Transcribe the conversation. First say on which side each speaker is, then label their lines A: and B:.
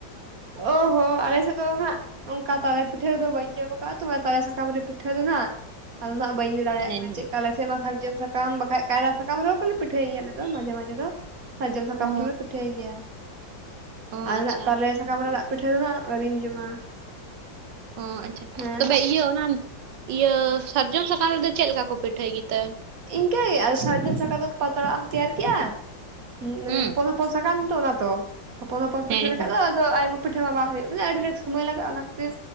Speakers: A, on the right (about 55°); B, on the right (about 70°).
A: ᱚ ᱦᱚ ᱟᱞᱮ ᱥᱮᱫ ᱫᱚ ᱦᱟᱸᱜ ᱚᱱᱠᱟ ᱛᱟᱞᱮ ᱯᱤᱴᱷᱟᱹ ᱨᱮᱫᱚ ᱵᱟᱹᱧ ᱡᱚᱢ ᱟᱠᱟᱫᱟᱼᱟ ᱛᱚ ᱛᱟᱞᱮ ᱥᱟᱠᱟᱢ ᱨᱮ ᱯᱤᱴᱷᱟᱹ ᱫᱚ ᱦᱟᱸᱜ, ᱟᱫᱚ ᱱᱟᱜ ᱵᱟᱹᱧ ᱞᱟᱹᱭ ᱫᱟᱲᱮᱭᱟᱜ
B: ᱦᱮᱸ
A: ᱠᱟᱱᱟ
B: ᱦᱮᱸ
A: ᱪᱮᱫ ᱞᱮᱠᱟ, ᱟᱞᱮ ᱢᱟ ᱥᱟᱨᱡᱚᱢ ᱥᱟ ᱥᱟᱠᱟᱢ ᱵᱟᱠᱷᱟᱡ ᱠᱟᱭᱨᱟ ᱥᱟᱠᱟᱢ ᱨᱮᱦᱚᱸ ᱠᱚᱞᱮ ᱯᱤᱴᱷᱟᱹᱭ ᱜᱮᱭᱟᱞᱮ ᱟᱞᱮᱫᱚ ᱢᱟᱡᱷᱮ ᱢᱟᱡᱷᱮ ᱫᱚ᱾ ᱥᱟᱨᱡᱚᱢ ᱥᱟᱠᱟᱢ
B: ᱚ
A: ᱨᱮᱞᱮ ᱯᱤᱴᱷᱟᱹᱭ ᱜᱮᱭᱟ
B: ᱚ
A: ᱟᱫᱚ
B: ᱟᱪᱪᱷᱟ
A: ᱱᱟᱜ ᱛᱟᱞᱮ ᱥᱟᱠ ᱥᱟᱠᱟᱢ ᱨᱮᱱᱟᱜ ᱯᱤᱴᱷᱟᱹ ᱫᱚ ᱦᱟᱜ ᱟᱹᱣᱨᱤᱧ ᱡᱚᱢᱟ᱾
B: ᱚ ᱟᱪᱪᱷᱟ᱾
A: ᱦᱮᱸ
B: ᱛᱚᱵᱮ ᱤᱭᱟᱹ ᱚᱱᱟ ᱤᱭᱟᱹ ᱥᱟᱨᱡᱚᱢ ᱥᱟᱠᱟᱢ ᱨᱮᱫᱚ ᱪᱮᱫ ᱞᱮᱠᱟ ᱠᱚ ᱯᱤᱴᱷᱟᱹᱭ ᱜᱮᱛᱮ?
A: ᱤᱱᱠᱟᱹᱜᱮ ᱟᱨ ᱥᱟᱨᱡᱚᱢ ᱥᱟᱠᱟᱢ ᱨᱮ ᱯᱟᱛᱲᱟ ᱮᱢ ᱛᱮᱭᱟᱨ ᱠᱮᱜᱼᱟ ᱢᱟᱱᱮ
B: ᱦᱩᱸ?
A: ᱦᱚᱯᱚᱱ ᱦᱚᱯ ᱦᱚᱯᱚᱱ ᱥᱟᱠᱟᱢ ᱛᱚ ᱚᱱᱟ ᱫᱚ᱾ ᱦᱚᱯᱚᱱ ᱦᱚᱯᱚᱱ
B: ᱦᱮᱸ
A: ᱯᱤᱴᱷᱟᱹ ᱞᱮᱠᱷᱟᱡ
B: ᱦᱮᱸ ᱦᱮᱸ
A: ᱫᱚ ᱫᱚ ᱟᱭᱢᱟ ᱯᱤᱴᱷᱟᱹ ᱢᱟ ᱵᱟᱝ ᱦᱩᱭᱩᱜ, ᱵᱚᱞᱮ ᱟᱹᱰᱤ ᱨᱮᱠᱥ ᱥᱚᱢᱚᱭ ᱞᱟᱜᱟᱼᱟ ᱚᱱᱟ ᱠᱷᱟᱹᱛᱤᱨ